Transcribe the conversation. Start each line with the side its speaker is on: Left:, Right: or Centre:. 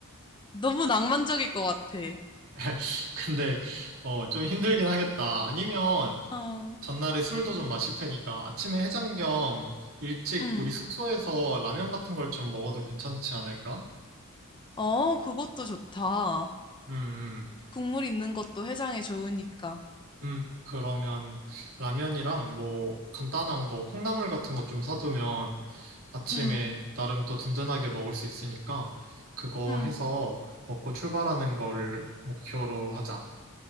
Left: 너무 낭만적일 것 같아.
Right: <laughs> 근데 어, 좀 힘들긴 하겠다. 아니면
Left: 어,
Right: 전날에 술도 좀 마실 테니까 아침에 해장 겸 일찍
Left: 응,
Right: 우리 숙소에서 라면 같은 걸 좀 먹어도 괜찮지 않을까?
Left: 어, 그것도 좋다.
Right: 음,
Left: 국물 있는 것도 해장에 좋으니까.
Right: 음, 그러면 라면이랑 뭐 간단한 거, 콩나물 같은 거 좀 사두면 아침에
Left: 음,
Right: 나름 또 든든하게 먹을 수 있으니까 그거
Left: 음,
Right: 해서 먹고 출발하는 거를 목표로 하자.